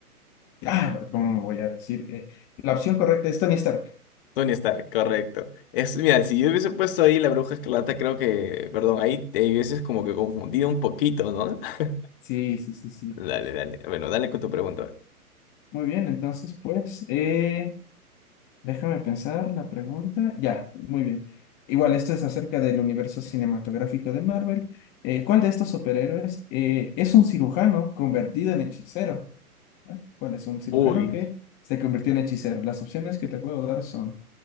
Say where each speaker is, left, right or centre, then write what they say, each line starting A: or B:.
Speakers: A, on the left (about 20°); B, on the left (about 35°).
A: ah, ¿cómo voy a decir? Eh, la opción correcta es Tony Stark.
B: Tony Stark, correcto. Es, mira, si yo hubiese puesto ahí la Bruja Escarlata, creo que, perdón, ahí te hubieses como que confundido un poquito, ¿no? <laughs>
A: Sí, sí, sí, sí.
B: Dale, dale. Bueno, dale con tu pregunta.
A: Muy bien, entonces, pues... eh, Déjame pensar la pregunta. Ya, muy bien. Igual, esto es acerca del universo cinematográfico de Marvel. Eh, ¿cuál de estos superhéroes eh, es un cirujano convertido en hechicero? ¿Eh? ¿Cuál es un cirujano
B: Uy,
A: que se convirtió en hechicero? Las opciones que te puedo dar son